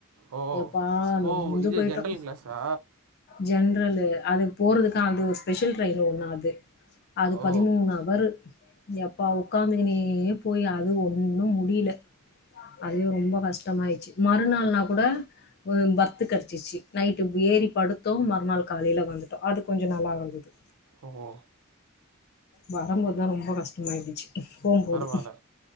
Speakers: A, on the right; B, on the left.
A: ஓ
B: எப்பா நொந்து
A: ஓ இது
B: பொயிட்டோ
A: ஜென்ரல் கிளாஸா
B: ஜன் ட்ரல்லு அது போறதுக்கு அது ஒரு ஸ்பெஷல் ட்ரயின் ஒன்னா அது அது
A: ஓ
B: பதிமூணு அவரு யப்பா உக்காந்தே துனே போய் அது ஒன்னும் முடியில அதுவே ரொம்ப கஷ்டமாயிச்சு மறுநாள்னா கூட ஒரு பர்த் கடச்சிச்சி நைட்டு ப் ஏறி படுத்தோ மறுநாள் காலைல வந்துட்டோ அது கொஞ்சோ நல்லா இருந்துது
A: ஓ
B: வரம்போத்தா ரொம்ப கஷ்டமாயிடுச்சி போம்போது
A: பரவாயில்ல